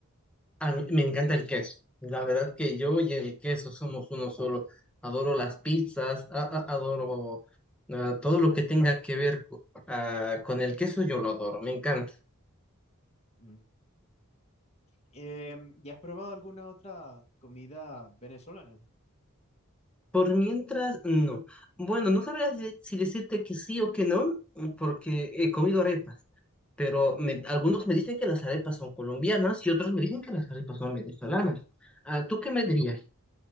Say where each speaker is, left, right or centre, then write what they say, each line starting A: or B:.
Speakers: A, in the centre; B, on the left.
A: A mí me encanta el queso. La verdad que yo y el queso somos uno solo. Adoro las pizzas, a- a- adoro ah, todo lo que tenga que ver co- ah, con el queso, yo lo adoro, me encanta.
B: Mm. Em, ¿y has probado alguna otra comida venezolana?
A: Por mientras, no. Bueno, no sabría de- si decirte que sí o que no, porque he comido arepas. pero me- algunos me dicen que las arepas son colombianas y otros me dicen que las arepas son venezolanas. Ah, ¿tú qué me dirías?